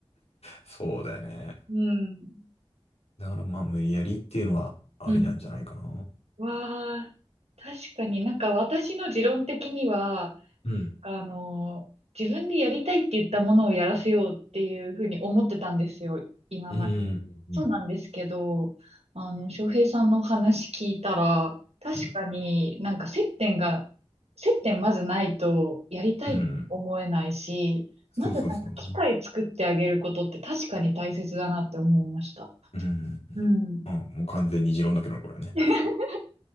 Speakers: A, on the left; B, on the right.
A: そうだよね。
B: うん。
A: だからまあ無理やりっていうのはありなんじゃないかな。
B: うんわあ、確かになんか私の持論的には、
A: うん。
B: あの、自分でやりたいって言ったものをやらせようっていうふうに思ってたんですよ、今まで。
A: うん。う
B: そうなんですけど、あの、翔平さんのお話聞いたら、確かになんか接点が、
A: ん。
B: 接点まずないとやりたいと思えないし、
A: うん。そうそうそうね。
B: まずなんか機会作ってあげることって確かに大切だなって思いました。
A: うん。
B: うん。
A: あ、もう完全に持論だけどな、これはね。
B: <laughs>